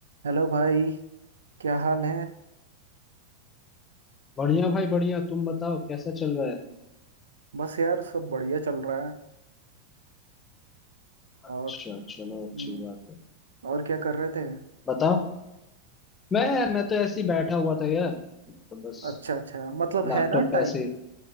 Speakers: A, on the right; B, on the left.
A: हेलो भाई क्या हाल है
B: बढ़िया भाई बढ़िया तुम बताओ कैसा चल रहा है
A: बस यार सब बढ़िया चल रहा है
B: अच्छा
A: और
B: चलो अच्छी
A: हम्म,
B: बात है
A: और क्या कर रहे थे
B: बताओ मैं मैं तो ऐसे ही बैठा हुआ था यार तो बस
A: अच्छा अच्छा मतलब
B: लैपटॉप
A: है ना
B: पे
A: टाइम
B: ऐसे